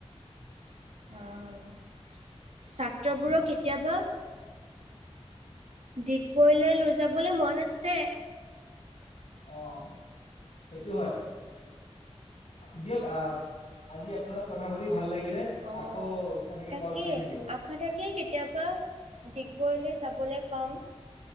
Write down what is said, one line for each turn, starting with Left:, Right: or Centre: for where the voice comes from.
Right: অ', ছাত্ৰবোৰক কেতিয়াবা ডিগবৈলৈ লৈ যাবলৈ মন আছে।
Left: অ', সেইটো হয়। দিয়ক আ আজি আপোনাক কথা পাতি ভাল লাগিলে।
Right: অ',
Left: আকৌ এনেকৈ
Right: তাকেই
Left: কল কৰি থাকিব।
Right: আশা থাকিল কেতিয়াবা ডিগবৈলৈ যাবলৈ পাম।